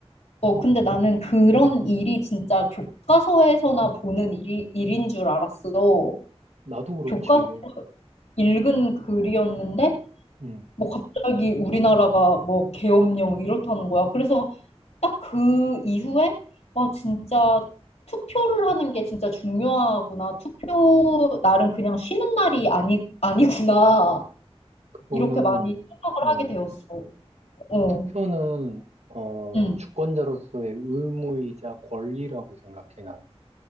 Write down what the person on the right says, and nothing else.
나도 그렇지.
음,
그거는,
음,
투표는, 어,
주권자로서의 의무이자 권리라고 생각해, 난.